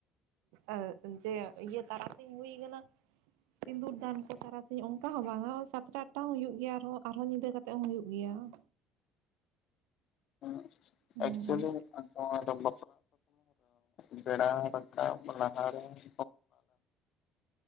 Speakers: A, on the right (about 70°); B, on the left (about 55°).
A: ᱟᱹ ᱡᱮ ᱤᱭᱟᱹ ᱛᱟᱨᱟᱥᱤᱧ ᱦᱩᱭ ᱠᱟᱱᱟ ᱥᱤᱸᱫᱩᱨ ᱫᱟᱱ ᱠᱚ ᱛᱟᱨᱟᱥᱤᱧ ᱚᱱᱠᱟ ᱦᱚᱸ ᱵᱟᱝᱟ ᱥᱟᱛᱴᱟ ᱟᱴᱴᱟ ᱦᱚᱸ ᱦᱩᱭᱩᱜ ᱜᱮᱭᱟ ᱟᱨᱚᱸ ᱟᱨᱦᱚᱸ ᱧᱤᱫᱟᱹ ᱠᱟᱛᱮᱜ ᱦᱚᱸ ᱦᱩᱭᱩᱜ ᱜᱮᱭᱟ ᱾
B: ᱮᱸ
A: ᱦᱩᱸ
B: ᱮᱠᱪᱩᱞᱞᱤ <inaudible> <inaudible> ᱵᱮᱲᱟ ᱨᱟᱠᱟᱵ ᱞᱟᱦᱟᱨᱮ ᱾ <inaudible>